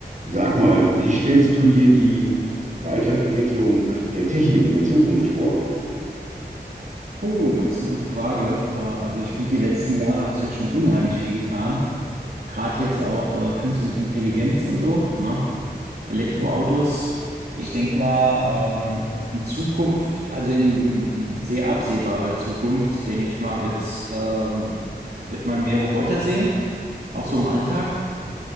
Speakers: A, on the right (about 45°); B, on the right (about 65°).
A: Sag mal, wie stellst du dir die Weiterentwicklung der Technik in der Zukunft vor?
B: Oh, das ist eine gute Frage. Äh, Also ich finde, die letzten Jahre hat sich ja schon unheimlich viel getan. Gerade jetzt auch äh, künstliche Intelligenz und so, ne? Elektroautos. Ich denke mal, ähm, in Zukunft, also in, in, in sehr absehbarer Zukunft, denke ich mal, wird's, ähm, wird man mehr Roboter sehen, auch so im Alltag,